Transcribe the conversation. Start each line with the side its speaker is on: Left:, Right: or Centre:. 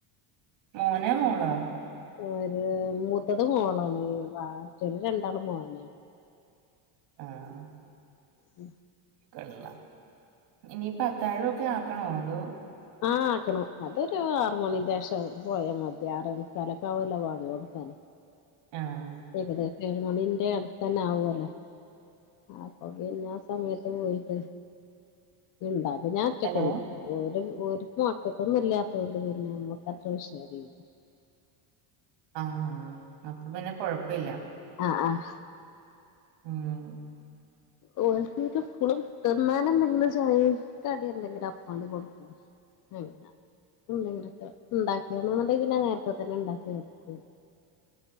Right: മോനാ മോളാ
Left: ഓരോ റ്റത് മോളാണ് വാ റ്റന് രണ്ടാള് മോനാ
Right: ആഹ്ആ
Left: ഉംഹ്
Right: കള്ള ഇനിപ്പ അത്താഴൊക്കെ ആക്കണോ ന്തോ
Left: ആഹ് ആക്കണം. അതൊരു ആറ് മണിന്റെഷം പോയാ മതി <unintelligible> കലക്കാവല്ല വാഡിയോട്ക്കാന്
Right: ആഹ്
Left: ഏകദേശ അയോണിന്റാണ് തന്നാവോല്ലോ ആപ്പ പിന്നെ സമയത്ത് പോയിട്ട് ഇണ്ടാ ഞാ ഒറ്റക്കൊള്ളൂ
Right: ഹലോ
Left: ഓല് ഓര്ക്ക് മക്കക്കൊന്നുല്ലാതോണ്ട് പിന്നെ അമ്മക്ക് അത്ര വിഷയല്ല
Right: ആഹ് അപ്പൊ പിന്നെ കൊഴപ്പില്ല.
Left: അഹ് ആഹ്
Right: ഉം
Left: <unintelligible> സ്‌കൂളും തൊർന്നാല് <unintelligible> <unintelligible> കടി എന്തെങ്കിലും അപ്പാണ്ട് കൊട്ക്കും. അങ്ങനെ എന്തെങ്കിലൊക്കെ ണ്ടാക്കി <unintelligible> പിന്നെ നേരത്തെ തന്നെ ഉണ്ടാക്കി വെ ക്കും.